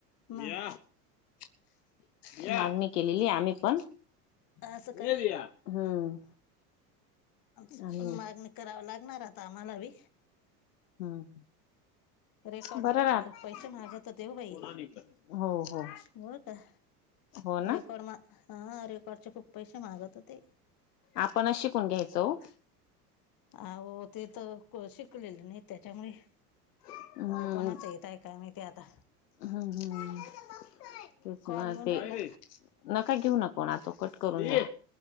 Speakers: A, on the left; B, on the left.
A: दिया
B: ना
A: दिया.. मागणी केलेलीय आम्हीपण..
B: असं का
A: ऐ दिया हम्म.
B: आमच्यात
A: आणि
B: पण मागणी कराव लागणार आता आम्हाला बी
A: हम्म.
B: रेकॉर्ड
A: बरं
B: लिवायचे
A: राहत
B: खूप पैसे मागत होतेव बाई..
A: हो हो
B: हो का.
A: हो ना
B: रेकॉर्ड मा.. हा रेकॉर्डचे खूप पैसे मागत होते.
A: आपणच शिकून घ्यायचो ओ
B: अहो.. ते तर शिकलेले नाहीत त्याच्यामुळे
A: हम्म
B: कॉल कोणाचा येत आहे काय माहिती आता
A: हम्म हम्म तेच
B: कॉल
A: ना
B: येऊन
A: ते,,
B: राहिला
A: नका घेऊन कोणा तो कट करून घ्या